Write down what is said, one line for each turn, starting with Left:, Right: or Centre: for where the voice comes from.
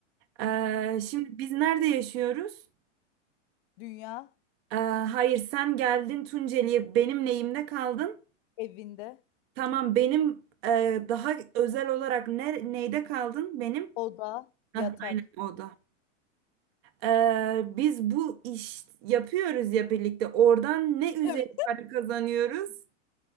Right: Ee, şimdi biz nerede yaşıyoruz?
Left: Dünya,
Right: Ee, hayır sen geldin Tunceli'ye benim lehimde kaldın.
Left: evinde,
Right: Tamam benim e, daha özel olarak ne, neyde kaldın benim?
Left: oda,
Right: Hah,
Left: yatak.
Right: aynen o da. E, biz bu iş yapıyoruz ya birlikte. Oradan ne üzeri
Left: Evet.
Right: para kazanıyoruz?